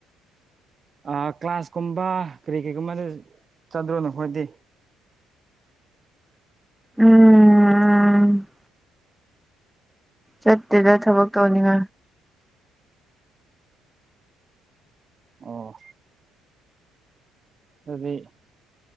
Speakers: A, on the right; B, in the centre.
A: ꯑ ꯀ꯭ꯂꯥꯁꯀꯨꯝꯕ ꯀꯔꯤ ꯀꯔꯤꯒꯨꯝꯕꯗ ꯆꯥꯠꯇ꯭ꯔꯣꯅꯣꯈꯣꯏꯗꯤ
B: ꯎꯝ ꯎꯝ ꯆꯠꯇꯦꯗ ꯊꯕꯛ ꯇꯧꯅꯤꯡꯉꯥꯏ
A: ꯑ ꯑꯗꯨꯗꯤ